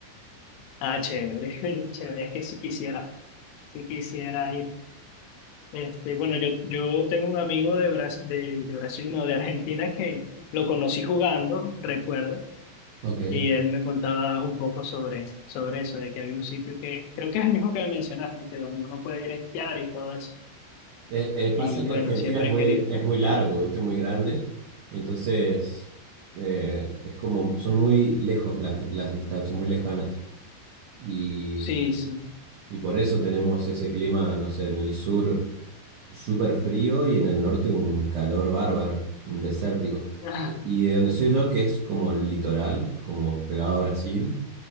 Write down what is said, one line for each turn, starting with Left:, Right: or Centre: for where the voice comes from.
Left: Ah, chévere, <laughs> chévere, es que si quisiera, si quisiera ir. Este, bueno, yo, yo tengo un amigo de Bras de, de Brasil, no, de Argentina que lo conocí jugando, recuerdo
Right: Ok. Eh,
Left: Y él me contaba un poco sobre, sobre eso, de que había un sitio que creo que es el mismo que me mencionaste, que donde uno puede ir a esquiar y todo eso.
Right: eh, pasa
Left: Y
Right: que
Left: bueno,
Right: Argentina
Left: siempre
Right: es muy,
Left: he querido.
Right: es muy largo, ¿viste? Muy grande. Entonces, eh, es como, son muy lejos las, las distancias, muy lejanas. Y,
Left: Sí, sí.
Right: y por eso tenemos ese clima, no sé, en el sur. súper frío y en el norte un calor bárbaro, un desértico.
Left: Ah,
Right: De- Y de donde soy yo, que es como el litoral, como pegado a Brasil,